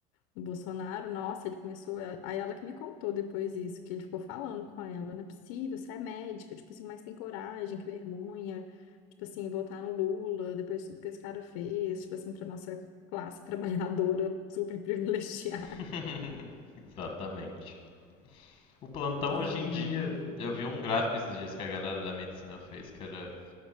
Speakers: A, on the left; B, on the left.
A: o Bolsonaro, nossa, ele começou. Aí ela que me contou depois isso, que ele ficou falando com ela: não é possível, você é médica, tipo assim, mas tem coragem, que vergonha, tipo assim, votar no Lula, depois de tudo que esse cara fez, tipo assim, pra nossa classe <laughs> trabalhadora super privilegiada.
B: <laughs> Exatamente. O plantão
A: <laughs> Ai,
B: hoje em dia,
A: ai, é muito
B: eu vi um gráfico esses dias que a galera da medicina fez, que era